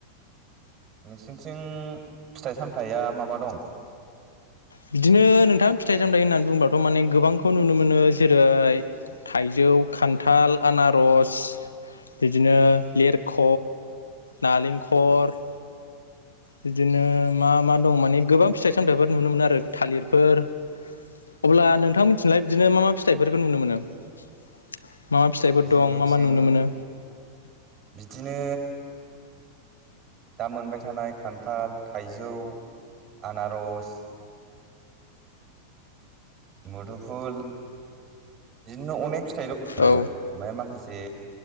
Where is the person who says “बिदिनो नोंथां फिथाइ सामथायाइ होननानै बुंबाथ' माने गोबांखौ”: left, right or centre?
Left